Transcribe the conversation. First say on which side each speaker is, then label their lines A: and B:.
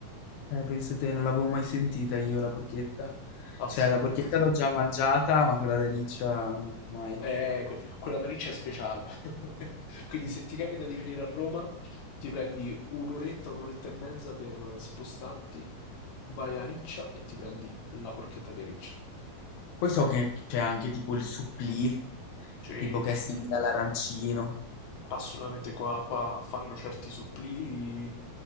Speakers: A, on the left (about 75°); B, on the left (about 60°).
A: Eh, pensa te, non l'avevo mai sentita io la porchetta.
B: Assolutamente
A: Cioè, la porchetta
B: sì.
A: l'ho già mangiata, ma quella da riccia mai.
B: Eh, que- quella da Riccia è speciale. <laughs> Quindi se ti capita di venire a Roma, ti prendi un'oretta, un'oretta e mezza per spostarti, vai a Riccia e ti prendi la porchetta di Riccia.
A: Poi so che c'è anche tipo il supplì,
B: Cioè,
A: tipo che
B: supplì.
A: è simile all'arancino.
B: Assolutamente qua, qua fanno certi supplì.